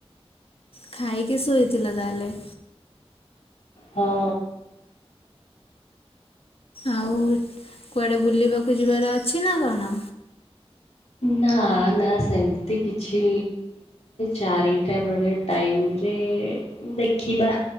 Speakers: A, on the left; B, on the left.
A: ଖାଇକି ଶୋଇଥିଲା ତାହେଲେ?
B: ହଁ।
A: ଆଉ କୁଆଡେ ବୁଲିବାକୁ ଯିବାର ଅଛି ନା କଣ?
B: ନା ନା ସେମିତି କିଛି ଚାରିଟା ବେଳେ ଟାଇମରେ ଦେଖିବା।